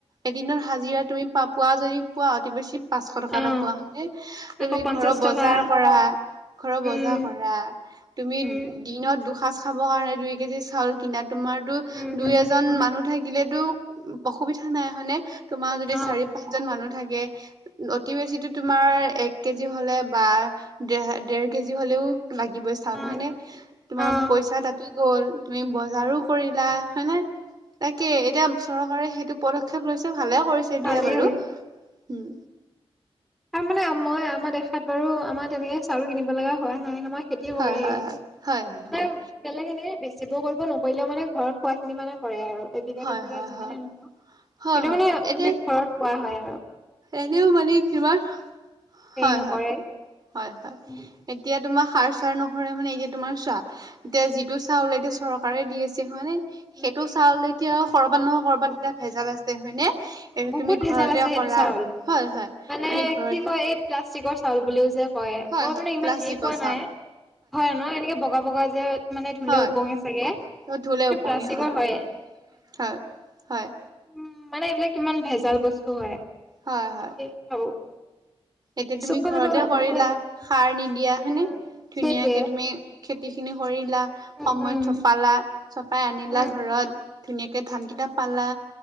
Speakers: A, on the right; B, in the centre.
A: এদিনত হাজিৰা তুমি প পোৱা যদি পোৱা অতি বেছি পাচশ টকা
B: অ
A: এ পোৱা হয় তুমি
B: আকৌ পঞ্চাশ
A: ঘৰৰ বজাৰ
B: টকা
A: কৰা। কৰা
B: উম
A: তুমি
B: উম
A: দিনত দুসাঁজ খাব কাৰণে দুই কেজি চাউল কিন তোমাৰতো
B: উম
A: দুই
B: উম
A: এজন মানুহ থাকিলেতো অসুবিধা নাই হনে তোমাৰ যদি
B: অ
A: চাৰি পাঁচজন মানুহ থাকে। অতি বেছি তোমাৰ এক কেজি হলে বা দেৰ দেৰ কেজি, হ'লেও লাগিবই চাও ন
B: অ
A: হয় ন তোমাৰ
B: অ
A: পইচা তাতো গ'ল, তুমি বজাৰো কৰিলা হয় নে তাকে এতিয়া চৰকাৰে সেইটো পদক্ষেপ লৈছে। ভালে কৰিছে
B: ভালেই
A: দিয়া বাৰুম
B: তাৰ মানে মই আমাৰ দেখাত বাৰু আমাৰ তেনেকে চাউল কিনিব লগা হোৱা নাই আমাৰ খেতি
A: হয়
B: কৰেই
A: হয় হয় হয়
B: মানে বেলেগ এনেকে বেছি যিবোৰ কৰিব নকৰিলেও মানে ঘৰত খোৱাখিনি মানে কৰে আৰু এবিঘা
A: হয়
B: দুবিঘা
A: হয়
B: যিমানেই
A: হয় হয় হয়
B: নহও সেইটো
A: হয় হয়
B: মানে
A: এতিয়া
B: মানে ঘৰত খোৱা হয় আ
A: এনেও মানে কিবা
B: হেৰি
A: হয়
B: নকৰে
A: হয় হয় হয়
B: উম
A: এতিয়া তোমাৰ সাৰ চাৰ নসৰে মানে এইকে তোমাৰ চোৱা এতিয়া যিটো চাউল এতিয়া চৰকাৰে দি আছে হয়নে
B: উম
A: সেইটো চাউলে এতিয়া কৰ'বাত নহয় কৰ'বাত এতিয়া ভেজাল আছে হয়নে এতিয়া
B: বহুত
A: তুমি
B: ভেজাল
A: ঘৰতে
B: আছে সেইটো
A: কৰা
B: চাউল
A: হয় হয়
B: মানে
A: তুমি ঘৰতে
B: কি কয় এই প্লাষ্টিকৰ চাউল বুলিও যে কয়
A: হয়
B: মই
A: হয়
B: মানে ইমান
A: প্লাষ্টিকৰ
B: হেৰি পোৱা
A: চাউল
B: নাই হয় ন এনেকে বগা বগা যে মানে ধুলে
A: হয়
B: ওপঙি চাগে হেটো
A: ধুলে ওপঙি
B: প্লাষ্টিকৰ
A: হয়
B: হয়য়ে
A: হয় হয়
B: উম মানে এইবিলাক কিমান ভেজাল বস্তু হয়
A: হয়
B: তাকেই
A: হয়
B: ভাবো
A: এতিয়া তুমি
B: চব ফালৰ
A: ঘৰতে
B: পৰা
A: কৰিলা
B: ভেজালে আহে
A: সাৰ নিদিয়া
B: উম,
A: হয়নে ধুনীয়াকে
B: সেইটোৱে
A: তুমি খে খেতি খিনি কৰি লা
B: উম
A: সময়ত
B: উম
A: চপালা চপাই আনিলা
B: উম
A: ঘৰত ধুনীয়াকে ধান
B: উম
A: কেইটা পালা